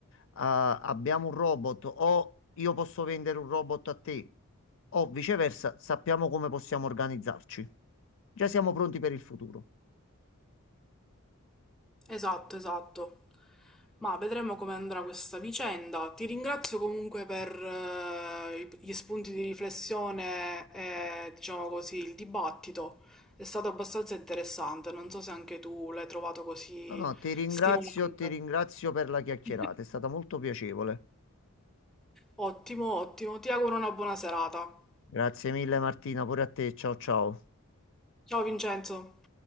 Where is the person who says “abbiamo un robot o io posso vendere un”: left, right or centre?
Left